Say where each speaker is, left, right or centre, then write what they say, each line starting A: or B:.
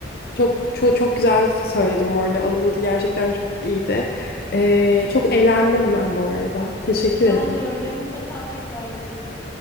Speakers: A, on the left; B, on the left.
A: çok çok çok güzel söyledim bu arada. Alıntı gerçekten çok iyiydi. E, çok eğlendim ben bu arada. Teşekkür
B: Ben
A: ederim.
B: de öyle. Mutlaka tekrarlayalım.